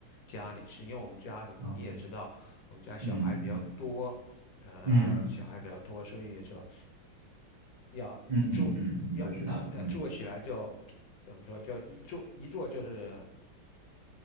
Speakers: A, on the left (about 75°); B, on the right (about 60°).
A: 家里吃，因为我们家里你也知道，
B: 哦，
A: 我们家小孩比较多。
B: 嗯嗯嗯
A: 呃，
B: 嗯
A: 小孩比较多，所以说要一做要要做起来就
B: 嗯嗯嗯，嗯我知道，嗯
A: 怎么说，就一做一做就是